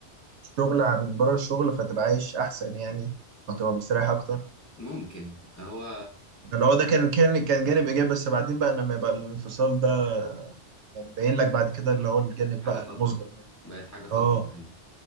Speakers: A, on the right; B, on the left.
A: الشغل عن بره الشغل فتبقى عايش أحسن يعني وتبقى مستريح أكتر
B: ممكن هو
A: اللي هو ده كان كان كان جانب إيجابي بس بعدين بقى لما يبقى الانفصال ده يعني باين لك بعد كده اللي هو الجانب
B: حاجة
A: بقى
B: خطرة
A: المظلم منه
B: بقت حاجة خطرة
A: اه
B: ايوه